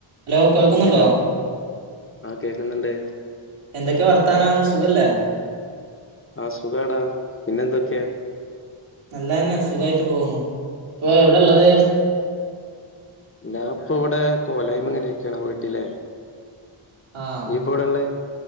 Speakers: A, on the right; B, on the left.
A: Hello കേൾക്കുന്നുണ്ടോ
B: hello ആ കേക്കുന്നുണ്ട്
A: എന്തൊക്കെയാ വർത്താനം സുഖല്ലേ
B: ആ സുഖാടാ പിന്നെന്തൊക്കെയാ
A: നല്ലന്നെ സുഖായിട്ട് പോകുന്നു ഇപ്പൊ എവിടാ ഉള്ളത്
B: ഞാൻ ഇപ്പൊ ഇവിടെ കോലായ്മെ ഇങ്ങനെ ഇരിക്കാണ് വീട്ടിലെ
A: ആഹ്
B: നീ ഇപ്പോ എവിടെയാ ഒള്ളേ